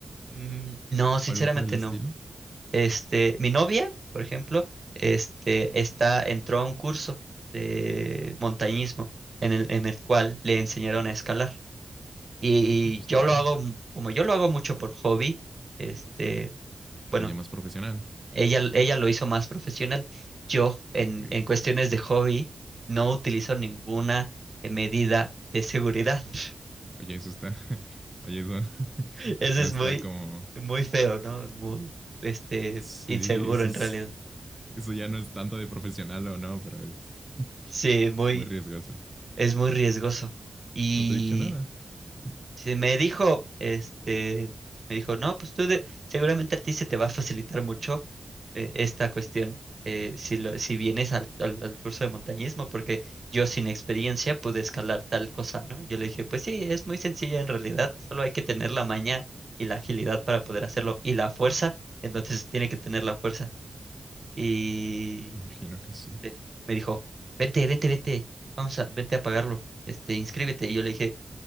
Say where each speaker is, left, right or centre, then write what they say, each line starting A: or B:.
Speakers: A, on the right (about 45°); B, on the right (about 15°).
A: Mm, no, sinceramente
B: o algo por el estilo?
A: no. Este, mi novia, por ejemplo, este, está, entró a un curso de montañismo en el, en el cual le enseñaron a escalar. Y
B: Oye, eso está
A: yo
B: bueno.
A: lo hago, m- como yo lo hago mucho por hobby, este,
B: Pero
A: bueno,
B: ya más profesional.
A: ella, ella lo hizo más profesional. Yo,
B: Ok.
A: en, en cuestiones de hobby, no utilizo ninguna eh, medida de seguridad. <laughs>
B: Oye, eso está. <laughs> Oye, eso <laughs>
A: Eso
B: no
A: es
B: está
A: muy,
B: como.
A: muy feo, ¿no? Muy, este,
B: Sí,
A: inseguro
B: eso
A: en
B: es-
A: realidad.
B: eso ya no es tanto de profesional o no, pero es, <laughs> es
A: Sí, muy,
B: muy riesgoso.
A: es muy riesgoso. Y
B: No te he dicho nada. <laughs>
A: Si me dijo, este, me dijo, no, pues tú de- seguramente a ti se te va a facilitar mucho eh, esta cuestión eh, si, lo- si vienes al, al- al curso de montañismo, porque yo sin experiencia pude escalar tal cosa, ¿no? Yo le dije, pues sí, es muy sencilla en realidad, solo hay que tener la maña y la agilidad para poder hacerlo y la fuerza, entonces tiene que tener la fuerza. Y
B: Imagino que sí.
A: este, me dijo, vente, vente, vente, vamos a, vente a pagarlo, este, inscríbete. Y yo le dije,